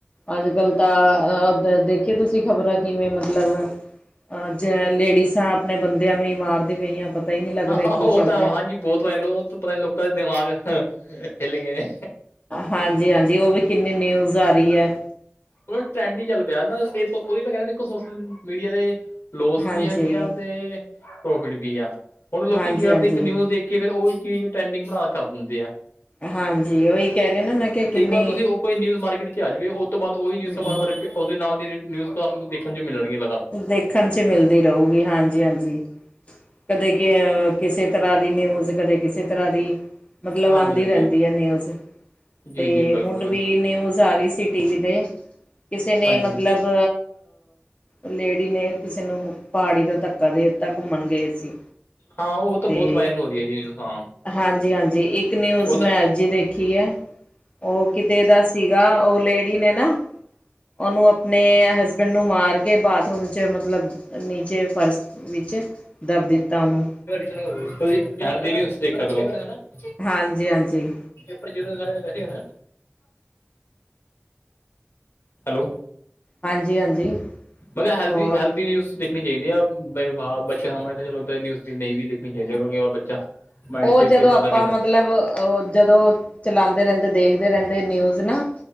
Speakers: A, on the left; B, on the left.
A: ਅੱਜ ਕੱਲ੍ਹ ਤਾਂ ਓਦਾ, ਦੇਖੀ ਤੁਸੀਂ ਖ਼ਬਰਾਂ ਕਿਵੇਂ ਮਤਲਬ ਅਜ ਲੇਡੀਸਾਂ, ਆਪਣੇ ਬੰਦਿਆਂ ਨੂੰ ਹੀ ਮਾਰਦੇ ਪਈਆਂ ਹੀ ਨਹੀਂ ਲੱਗ
B: ਹ
A: ਰਿਹਾ ਕੀ
B: ਉਹ
A: ਚੱਲ
B: ਤਾਂ
A: ਰਿਹਾ
B: ਹਾਂਜੀ ਬਹੁਤ ਵ ਲੋਓ, ਉਹ ਤੋਂ ਪਤਾ ਲੋਕਾਂ ਦੇ ਦਿਮਾਗ ਹਿਲ ਗਏ ਨੇ।
A: ਹਾਂਜੀ ਹਾਂਜੀ, ਉਹ ਵੀ ਕਿੰਨੀ ਨਿਊਜ਼ ਆ ਰਹੀ ਹੈ।
B: ਉਹਨਾਂ ਨੂੰ ਟਰੈਂਡ ਹੀ ਚੱਲ ਪਿਆ ਨਾ, ੳਈ ਤਾਂ ਕਹਿੰਦੇ ਦੇਖੋ ਸੋਸ਼ਲ ਮੀਡੀਆ ਦੇ ਲੋਸ
A: ਹਾਂਜੀ
B: ਵੀ ਹੈਗੇ ਆ, ਤੇ ਪ੍ਰੋਫਿਟ ਵੀ ਆ, ਹੁਣ ਲੋਕੀ
A: ਹਾਂਜੀ
B: ਕਿ ਕਰਦੇ
A: ਹਾਂਜੀ
B: ਇੱਕ ਨਿਊਜ਼ ਕੇ ਫਿਰ ਉਹੀ ਚੀਜ਼, ਟੈਂਡਿੰਗ ਬਣਾ ਕਰ ਦਿੰਦੇ ਆ।
A: ਹਾਂਜੀ, ਉਹੀ ਕਹਿ ਰਹੇ ਨਾ ਮੈਂ ਕਿਹਾ ਕਿੰਨੀ
B: ਇੱਕ ਵਾਰ ਤੁਸੀਂ ਉਹ ਕੋਈ ਨਿਊਜ਼ ਮਾਰਕੀਟ 'ਚ ਆ ਜਾਵੇ, ਉਹ ਤੋਂ ਬਾਅਦ ਉਹੀ ਨਿਊਜ਼ਾਂ
A: ਹਮ
B: ਬਾਦ ਉਹਦੇ ਨਾਲ ਦੀ ਨਿਊਜ਼, ਤੁਹਾਨੂੰ ਦੇਖਣ ਨੂੰ ਮਿਲਣ ਗਿਆ।
A: ਦੇਖਣ 'ਚ ਮਿਲਦੀ ਰਹੂਗੀ, ਹਾਂਜੀ ਹਾਂਜੀ। ਕਦੇ ਕਿਸੇ ਤਰ੍ਹਾਂ ਦੀ ਨਿਊਜ਼, ਕਦੇ ਕਿਸੇ ਤਰ੍ਹਾਂ ਦੀ ਮਤਲਬ
B: ਹਾਂਜੀ
A: ਆਉਂਦੀ
B: ਹਾਂਜੀ
A: ਰਹਿੰਦੀ ਹੈ ਨਿਊਜ਼,
B: ਜੀ
A: ਤੇ
B: ਜੀ ਬਿਲਕੁਲ
A: ਹੁਣ ਵੀ ਨਿਊਜ਼ ਆ ਰਹੀ ਸੀ ਟੀ ਵੀ 'ਤੇ, ਕਿਸੇ ਨੇ
B: ਹਾਂਜੀ
A: ਮਤਲਬ ਲੇਡੀ ਨੇ ਕਿਸੇ ਨੂੰ ਪਹਾੜੀ ਤੋਂ ਧੱਕਾ ਦੇ ਦਿੱਤਾ, ਘੁੰਮਣ ਗਏ ਸੀ।
B: ਹਾਂ ਉਹ ਤਾਂ
A: ਤੇ
B: ਬਹੁਤ ਵਾਇਰਲ ਹੋ ਰਹੀ ਹੈ ਜੀ, ਹਾਂ
A: ਹਾਂਜੀ ਹਾਂਜੀ, ਇੱਕ ਨਿਊਜ਼
B: ਉਹ ਤਾਂ
A: ਮੈਂ ਅਜ ਹੀ ਦੇਖੀ ਹੈ ਉਹ ਕਿਤੇ ਦਾ ਸੀਗਾ, ਉਹ ਲੇਡੀ ਨੇ ਨਾ ਉਹਨੂੰ ਆਪਣੇ ਹਸਬੈਂਡ ਨੂੰ ਮਾਰ ਕੇ, ਬਾਥਰੂਮ 'ਚ ਮਤਲਬ ਨੀਚੇ ਫਰਸ਼ ਵਿੱਚ, ਦੱਬ ਦਿੱਤਾ ਉਹਨੂੰ
B: <unintelligible>
A: ਹਾਂਜੀ, ਹਾਂਜੀ।
B: ੈ ਹੈਲੋ।
A: ਹਾਂਜੀ, ਹਾਂਜੀ-
B: ਮੈਂ ਕਿਹਾ ਹੈਲਦੀੀ,
A: ਹੋਰ
B: ਹੈਲਦੀ ਨਿਊਜ਼ ਦੇਖ ਦੇਖਣੀ ਚਾਹੀਦੀ ਆ, ਬ ਬੱਚੇ ਸਾਹਮਣੇ ਤਾਂ ਚਲ ਉਧਰ ਦੀ ਨਹੀਂ ਵੀ ਦੇਖਣੀ ਚਾਹੀਦੀ, ਕਿਉਂਕਿਰ ਬੱਚਾ ਮਾਇੰਡ
A: ਉਹ
B: 'ਚ
A: ਜਦੋਂ
B: ਕਿੱਦਾਂ
A: ਆਪਾਂ
B: ਦਾ ਕਿੱਦਾਂ
A: ਮਤਲਬ ਜਦੋਂ ਚਲਾਦੇ ਰਹਿੰਦੇ, ਦੇਖਦੇ ਰਹਿੰਦੇ ਨਿਊਜ ਨਾ।